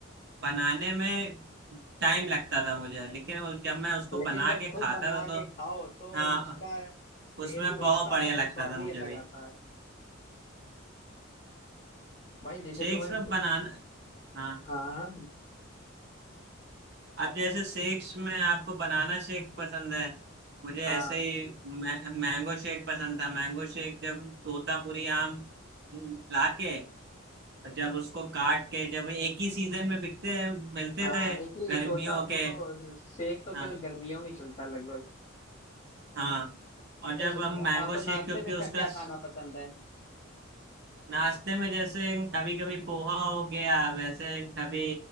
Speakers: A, on the right; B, on the left.
A: बनाने में टाइम लगता था मुझे लेकिन वो- जब मैं उसको
B: लेकिन
A: बना
B: जब
A: के
B: खुद
A: खाता
B: बना
A: था तो
B: के खाओ तो
A: हाँ
B: उसका पेट
A: उसमें
B: भी भरता
A: बहुत बढ़िया
B: है
A: लगता
B: और स्वाद
A: था
B: ही
A: मुझे
B: अलग
A: भी
B: आता है भाई जैसे
A: शेक्स
B: तुम्हें
A: में बनाना हाँ
B: हाँ
A: अब जैसे शेक्स में आपको बनाना शेक पसंद है मुझे
B: हाँ
A: ऐसे ही मै, मैंगो शेक पसंद था मैंगो शेक जब तोतापुरी आम लाके और जब उसको काट के जब एक ही सीजन में बिकते मिलते
B: हाँ
A: थे
B: एक ही
A: गर्मियों
B: टोटा वो
A: के
B: तो सेक तो
A: हाँ
B: केवल गर्मियों में ही चलता है लगभग
A: हाँ और
B: अच्छा
A: जब हम मैंगो
B: आपको
A: शेक
B: नाश्ते
A: क्योंकि
B: में
A: उसका
B: क्या क्या
A: स-
B: खाना पसंद है
A: नाश्ते में जैसे कभी कभी पोहा हो गया वैसे कभी